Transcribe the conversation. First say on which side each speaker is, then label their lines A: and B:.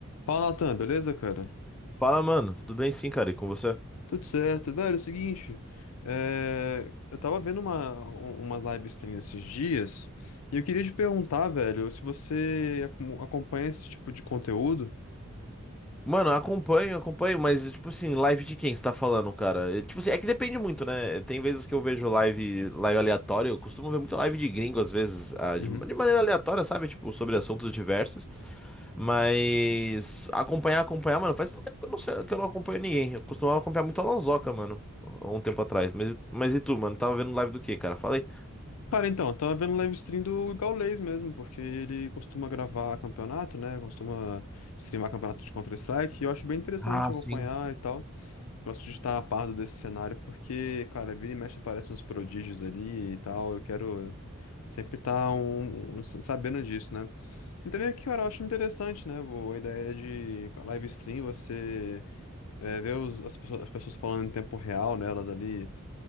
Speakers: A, on the left (about 85°); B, in the centre.
A: Fala, Natan, beleza, cara?
B: Fala, mano. Tudo bem sim, cara? E com você?
A: Tudo certo. Velho, é o seguinte, é, eu tava vendo uma, um- umas live stream esses dias e eu queria te perguntar, velho, se você acom- acompanha esse tipo de conteúdo.
B: Mano, acompanho, acompanho, mas, tipo assim, live de quem você tá falando, cara? É, tipo assim, é que depende muito, né? Tem vezes que eu vejo live, live aleatória, eu costumo ver muita live de gringo, às vezes, ah,
A: Uhum.
B: de, de maneira aleatória, sabe? Tipo, sobre assuntos diversos. Mas acompanhar, acompanhar, mano, faz tempo que eu não sei, que eu não acompanho ninguém. Eu costumava acompanhar muito a Lonzoca, mano, há um tempo atrás. Mas, mas e tu, mano? Tava vendo live do quê, cara? Falei.
A: Cara, então, eu tava vendo live stream do Gaules mesmo, porque ele costuma gravar campeonato, né? Costuma streamar campeonato de Counter-Strike e eu acho bem interessante
B: Ah,
A: acompanhar
B: sim.
A: e tal. Gosto de estar a par desse cenário porque, cara, vira e mexe aparecem uns prodígios ali e tal. Eu quero sempre estar um, um- um, sabendo disso, né? E também aqui, cara, eu acho interessante, né? vô, A ideia de live stream, você é, ver os- as pessoas, as pessoas falando em tempo real, né? Elas ali,